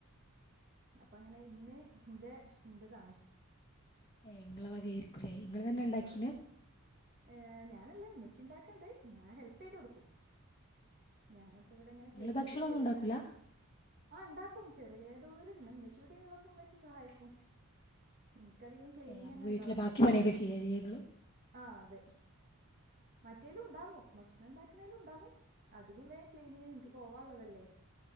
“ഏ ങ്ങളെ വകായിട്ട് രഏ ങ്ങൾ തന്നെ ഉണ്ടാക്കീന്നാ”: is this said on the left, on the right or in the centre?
Left